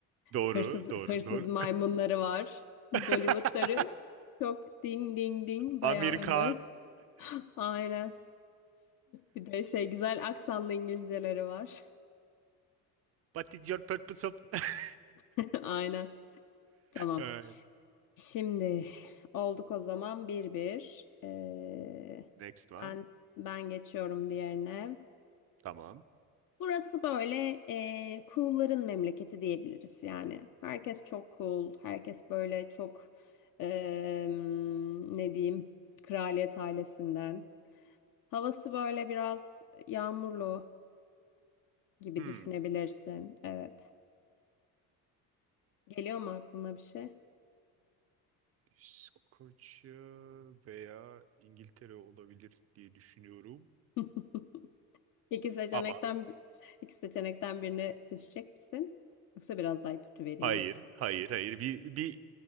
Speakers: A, on the right (about 35°); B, on the left (about 45°).
A: Doğru,
B: Hırsız hırsız
A: doğru, doğru.
B: maymunları var. Bollywoodları
A: <laughs>
B: çok ding ding ding
A: Amerikan.
B: bayağı ünlü. <laughs> Aynen. Bir de şey güzel aksanlı İngilizceleri var.
A: What is your purpose of... <laughs>
B: <laughs> Aynen. Tamam.
A: Ee,
B: Şimdi olduk o zaman bir bir. Ee,
A: Next one.
B: ben ben geçiyorum diğerine.
A: Tamam.
B: Burası böyle ee, cool'ların memleketi diyebiliriz yani. Herkes çok cool, herkes böyle çok ee, ne diyeyim kraliyet ailesinden. Havası böyle biraz yağmurlu gibi
A: Hmm.
B: düşünebilirsin. Evet. Geliyor mu aklına bir şey?
A: İskoçya veya İngiltere olabilir diye düşünüyorum.
B: <laughs> İki seçenekten
A: Ama
B: iki seçenekten birini seçecek misin? Yoksa biraz daha ipucu vereyim
A: hayır,
B: mi?
A: hayır, hayır. Bir bir